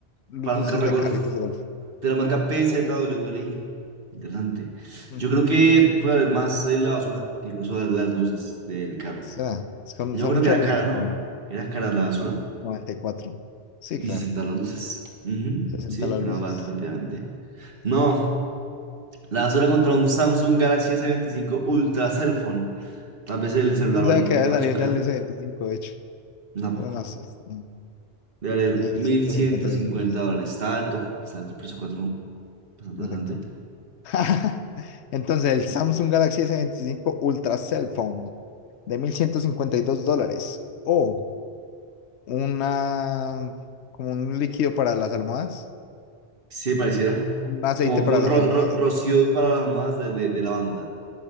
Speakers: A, on the left; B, on the right.
A: luces
B: para un carro de
A: de
B: golf
A: carritos de golf.
B: de la marca PZWLI. Interesante.
A: Mm,
B: Yo creo que
A: Brutal.
B: puede haber más en la basura, incluso las, las luces del carro.
A: Será. Son,
B: Yo
A: son
B: creo
A: muchas
B: que era
A: luces,
B: cara, ¿no?
A: pero bueno,
B: Era cara la basura.
A: noventa y cuatro Sí,
B: Y
A: claro.
B: se sentaron las luces. Ujú,
A: sesenta
B: Sí,
A: las
B: era
A: luces.
B: más barato, efectivamente. No, la basura contra un Samsung Galaxy s veinticinco Ultra Cell Phone. Tal vez el celular
A: No
B: vale
A: sé
B: un
A: qué
B: poquito
A: había
B: más,
A: salido
B: yo creo.
A: ya el s veinticinco de hecho.
B: Tampoco.
A: No, no, sí, sí, no.
B: Debe valer
A: mil
B: mil
A: ciento
B: ciento
A: cincuenta y
B: cincuenta
A: dos dólares,
B: dólares. Está alto. Está alto el precio 4. Bastante,
A: en
B: bastante.
A: efecto. <laughs> Entonces, el Samsung Galaxy s veinticinco Ultra Cell Phone de 1.152 dólares o una, como un líquido para las almohadas,
B: Sí, pareciera.
A: un aceite
B: Como, como
A: para las
B: Ro-
A: almohadas.
B: Ro- Rocío para las modas de, de, de la banda,